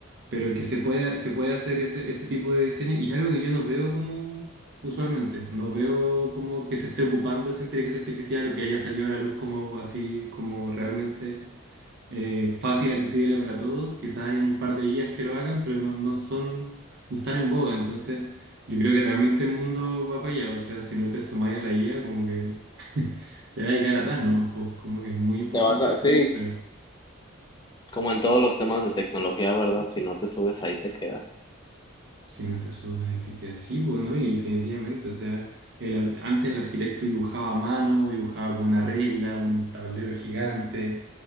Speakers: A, on the right; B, on the left.
A: pero que se puede, se puede hacer ese, ese tipo de diseño y es algo que yo no veo como usualmente, no veo como que se esté ocupando esa inteligencia artificial o que haya salido a la luz como así, como realmente eh, fácil, accesible para todos, quizás hayan un par de guías que lo hagan, pero no, no son, no están en boga, entonces... Yo creo que realmente el mundo va para allá, o sea, si no te sumáis a la IA, como que te vas a quedar atrás nomás, pues, como que es muy importante
B: Te vas a,
A: a esta
B: sí,
A: altura.
B: como en todos los temas de tecnología, ¿verdad? Si no te subes ahí te quedas.
A: Si no te subes a etiquetas sí, pues, ¿no? Y definitivamente, o sea, el ar- antes el arquitecto dibujaba a mano, dibujaba con una regla, un tablero gigante,